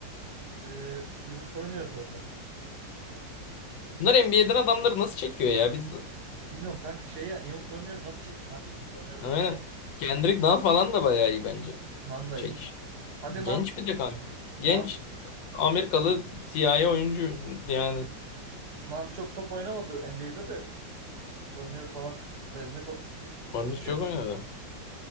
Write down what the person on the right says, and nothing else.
E, Ewan Fournier de orada.
Bilmiyorum kanka şey ya Ewan Fournier nasıl çektin abi? Ewan Fournier dediğin
adam,
Nan da
iyi. Hadi
Nan,
Nan,
Nan çok top oynamadı NBA'de de Fournier falan Veznikov çok iyi
topçu
yani.